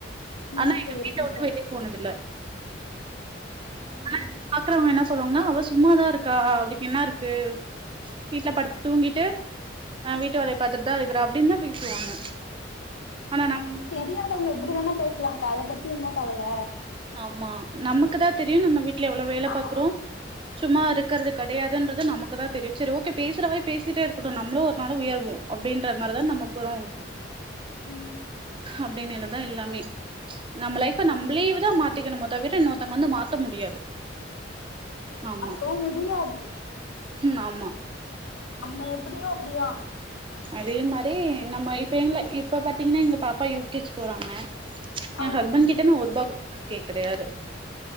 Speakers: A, on the left; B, on the right.
A: ம்
B: ஆனா எங்க
A: சேரிங்க்கா
B: வீட்ட உட்டு வெளிய போனதில்ல
A: ம்
B: ஆனா பாக்றவங்க என்ன சொல்லுவாங்ன்னா அவ சும்மாதா இருக்கா அவளுக்கு என்னா இருக்கு வீட்ல படுத்து தூங்கிட்டு ஆ வீட்டு வேலய பாத்துட்தா இருக்குற அப்டின்தா பேசுவாங்க ஆனா நம்
A: ம் தெரியாதவங்க எப்டி வேணா பேச்லாக்கா அத பத்தி என்ன கவல
B: ஆமா நமக்குதா தெரியு நம்ம வீட்ல எவ்ளோ வேல
A: ஆ
B: பாக்குறோ
A: ஆ
B: சும்மா இருக்றது கெடயாதுன்றது நமக்கு தா தெரியு செரி ஓகே பேசுற வாய் பேசிட்டே இருக்கட்டு நம்மளு ஒரு நாளு உயர்வோ அப்டின்ற மாரிதா நம்ம போறோ
A: ம்
B: அப்டின்னேலதா எல்லாமே நம்ம லைஃப
A: சேரிங்
B: நம்லே வந் தோ மாத்திக்கனு மொத விட இன்னொர்த்தங்க வந்து மாத்த முடியாது ஆமா
A: மாத்தவு முடியாது
B: ம் ஆமா
A: நம்ம எப்டியோ அப்டிதா
B: அதே மாரி நம்ம இப்ப இல்ல இப்ப பாத்தீங்கன்னா எங்க பாப்பா யூ. கே ஜி போறாங்க
A: ஆ
B: ஏ ஹஸ்பண்ட் கிட்ட நா ஒருபா கூட கேக் கெடயாது